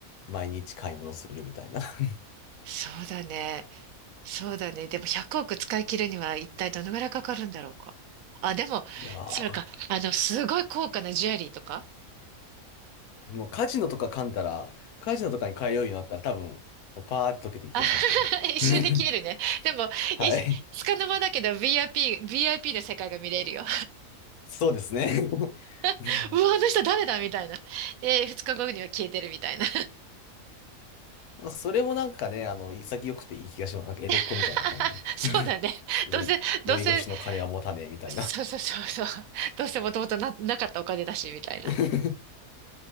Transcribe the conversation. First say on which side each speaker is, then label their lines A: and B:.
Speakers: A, on the left; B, on the right.
A: 毎日買い物するみたいな。<laughs>
B: そうだね。そうだね。でも100億使い切るには一体どのぐらいかかるんだろうか。あ、でも、
A: いやー、
B: それか、あの、すごい高価なジュエリーとか
A: もうカジノとか噛んだら、カジノとかに通うようになったら多分、パーって溶けていく気がしますけどね。
B: あ <laughs> 一瞬で消えるね。
A: <laughs>
B: でも、
A: はい。
B: い、つかの間だけど VIP、VIP の世界が見れるよ。
A: そうですね。<laughs> うん
B: <laughs> うわ、あの人誰だみたいな。で、2日後には消えてるみたいな。
A: まあ、それもなんかね、あの、潔くていい気がします。なんか江戸っ子みたいな感じの。
B: <laughs> そうだね。
A: <laughs> 酔い、
B: どうせ、
A: 酔い越しの金は持たねえみたいな。
B: どうせ、そうそうそうそう。<laughs> どうせもともとな、なかったお金だし、みたいな。
A: <laughs>